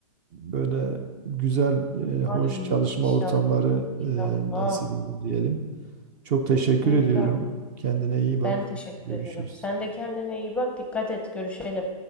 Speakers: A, on the right (about 30°); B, in the centre.
A: böyle güzel, eee, hoş
B: Ay
A: çalışma
B: inşallah
A: ortamları eee,
B: inşallah.
A: nasip olur diyelim. Çok teşekkür
B: İnşallah.
A: ediyorum. Kendine iyi bak.
B: Ben teşekkür
A: Görüşürüz.
B: ederim. Sen de kendine iyi bak. Dikkat et. Görüşelim.